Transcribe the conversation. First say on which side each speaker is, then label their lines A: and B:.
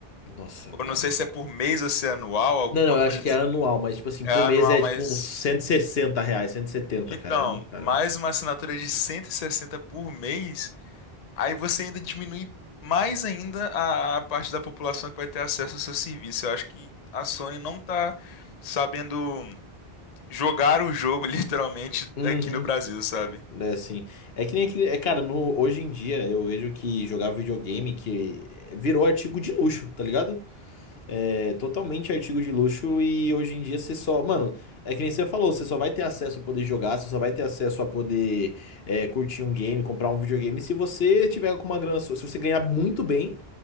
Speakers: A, on the left; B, on the left.
A: Nossa,
B: ou
A: cara.
B: não sei se é por mês ou se é anual, alguma
A: Não, não, eu
B: coisa
A: acho que
B: assim,
A: é anual, mas tipo assim,
B: é
A: por
B: anual,
A: mês é
B: mas
A: tipo uns 160 reais, 170
B: então,
A: cara. É muito caro,
B: mais uma assinatura de 160 por mês, Aí você ainda diminui mais ainda a, a parte da população que vai ter acesso ao seu serviço. Eu acho que a Sony não tá sabendo jogar o jogo, <laughs> literalmente,
A: velho.
B: aqui no Brasil, sabe?
A: É assim. É que nem aquele. É, cara, no, hoje em dia eu vejo que jogar videogame que virou artigo de luxo, tá ligado? É totalmente artigo de luxo e hoje em dia você só. Mano, é que nem você falou, você só vai ter acesso a poder jogar, você só vai ter acesso a poder é, curtir um game, comprar um videogame se você tiver com uma grana. sua- Se você ganhar muito bem